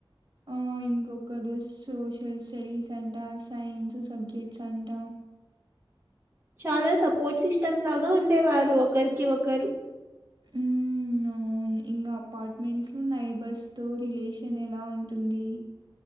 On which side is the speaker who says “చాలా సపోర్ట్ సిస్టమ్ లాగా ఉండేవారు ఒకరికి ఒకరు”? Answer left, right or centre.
Right